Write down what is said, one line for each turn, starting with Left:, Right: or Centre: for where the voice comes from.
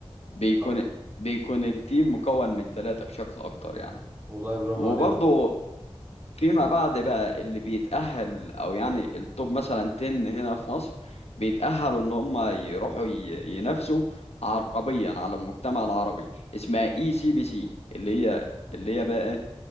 Left: بيكون
Right: آه.
Left: بيكون التيم مكون من ثلاثة بشكل أكتر يعني
Right: والله برافو
Left: وبرضه
Right: عليك
Left: فيما بعد بقى اللي بيتأهل أو يعني التوب مثلا 10 هنا في مصر بيتأهلوا إن هم يروحوا ي- ينافسوا عربيا على المجتمع العربي اسمها اي سي بي سي اللي هي اللي هي بقى إيه؟